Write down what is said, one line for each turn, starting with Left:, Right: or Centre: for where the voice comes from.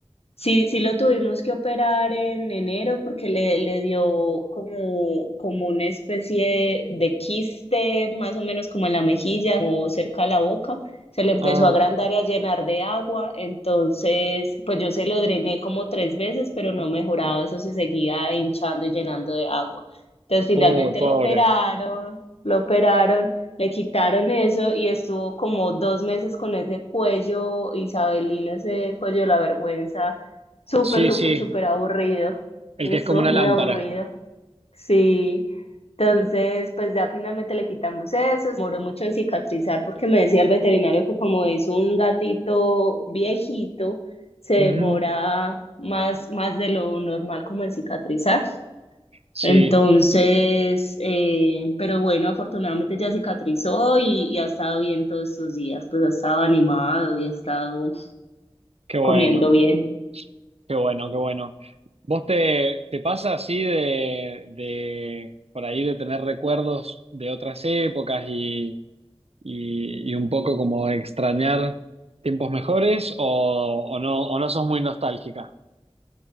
Left: Sí, sí lo tuvimos que operar en enero porque le, le dio como, como una especie de quiste, más o menos como en la mejilla, como cerca de la boca. Se le empezó
Right: Ah,
Left: a agrandar y a llenar de agua. Entonces, pues yo se lo drené como tres veces, pero no mejoraba. Eso se seguía hinchando y llenando de agua. Entonces, finalmente
Right: uy, pobre.
Left: lo operaron, lo operaron. Le quitaron eso y estuvo como dos meses con ese cuello, Isabelino, ese cuello de la vergüenza Súper,
Right: Sí,
Left: súper,
Right: sí,
Left: súper aburrido.
Right: el
Left: Estuvo
Right: que es como una
Left: muy
Right: lámpara.
Left: aburrido. Sí. Entonces, pues ya finalmente le quitamos eso. Se Demoró mucho en cicatrizar porque me decía el veterinario que como es un gatito viejito, se demora
Right: Ujú.
Left: más, más de lo normal como en cicatrizar.
Right: Sí,
Left: Entonces, eh, pero bueno, afortunadamente ya cicatrizó y, y ha estado bien todos estos días. Pues ha estado animado y ha estado
Right: qué bueno.
Left: comiendo bien.
Right: Qué bueno, qué bueno. ¿Vos te, te pasa así de, de por ahí de tener recuerdos de otras épocas y, y, y un poco como extrañar tiempos mejores o, o no, o no sos muy nostálgica?